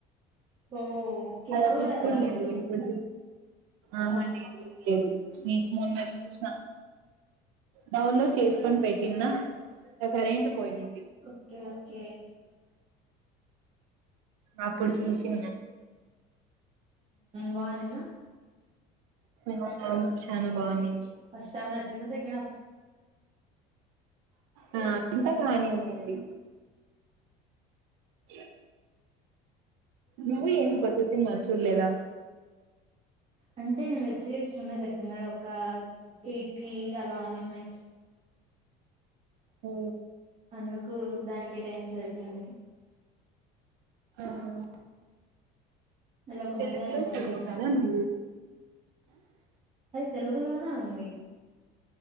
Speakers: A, on the right (about 35°); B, on the right (about 80°).
A: ఓ ఓకే
B: అద
A: చూడలేదా
B: బకుల్ లే
A: మీరు
B: ఇప్పుడు ఆహా లేే చెదు నీ మన్న చూషిన డౌన్లోడ్ చేసుకొని పెట్టింద కరెంట్ పోయింది
A: ఓకే ఓకే
B: అప్పుడు చూసిన
A: బానింద
B: మ నా శానాభాని
A: ఫస్ట్ హాఫ నచ్చుంది సెకండ్ హఫ్
B: ఆ అంత బానే ఉండింది చె నువ్వు ఏం కొత్త సినిమాలు చూడలేదా
A: అంటే నేను వెబ్ సిరీస్ చూడటమే సరిపోయింది ఒక ఎయిటీ అలానే ఉన్నాయి
B: ఓ
A: అందుకు దానికి టైం సరిపోయింది
B: ఆహ
A: మళ్ళీ ఒక
B: తెలుగులో
A: మలయాళం మూవీ
B: చూడవు
A: చూసాం
B: కదా నువ్వు
A: అది తెలుగులోనే ఉంది